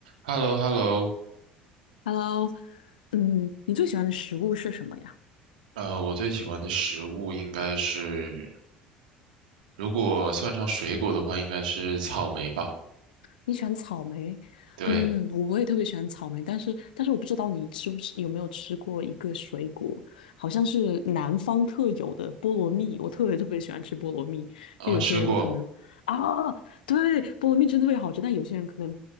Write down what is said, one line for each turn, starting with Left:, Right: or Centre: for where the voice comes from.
Right: h e l l o h e l l o
Left: Hello，嗯，你最喜欢的食物是什么呀？
Right: 呃，我最喜欢的食物应该是，如果算上水果的话，应该是草莓吧。
Left: 你喜欢草莓？
Right: 对，
Left: 嗯，我也特别喜欢草莓，但是但是我不知道你吃不吃，有没有吃过一个水果，好像是南方特有的菠萝蜜，我特别特别喜欢吃菠萝蜜。
Right: 哦，
Left: 就有些人可能啊，
Right: 吃过，
Left: 对，菠萝蜜真的特别好吃，但有些人可能